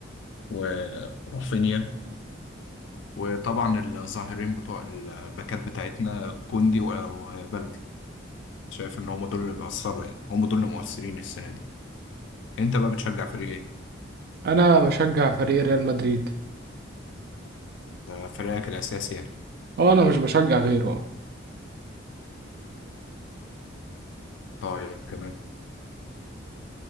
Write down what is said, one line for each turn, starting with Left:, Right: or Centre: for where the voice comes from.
Left: ورافينيا وطبعا الظاهرين بتوع الباكات بتاعتنا كوندي وبلدي شايف ان هم دول اللي بيأثروا يعني هم دول اللي مؤثرين السنة دي انت بقى بتشجع فريق ايه؟
Right: انا بشجع فريق ريال مدريد
Left: ده فريقك الأساسي يعني
Right: او انا مش بشجع غيره اه
Left: طيب تمام